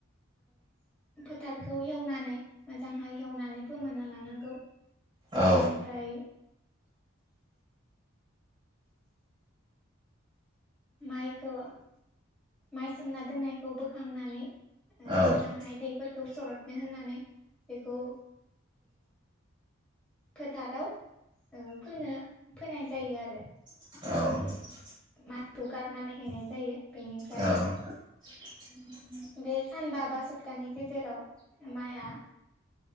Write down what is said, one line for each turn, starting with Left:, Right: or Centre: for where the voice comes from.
Centre: फोथारखौ हेवनानै मोजांहाय हेवनानै फोमोनना लानांगौ
Right: औ
Centre: बेनिफ्राय माइखौ माइ सोमना दोननायखौ बोखांनानै
Right: औ
Centre: मोजांहाय दैफोरखौ सरदनो होनानै बेखौ फोथाराव फोनो फोनाय जायो आरो
Right: औ
Centre: माइखौ गारनानै होनाय जायो बेनिफ्राय
Right: औ <inaudible>
Centre: बे सानबा बा सप्तानि गेजेराव माइआ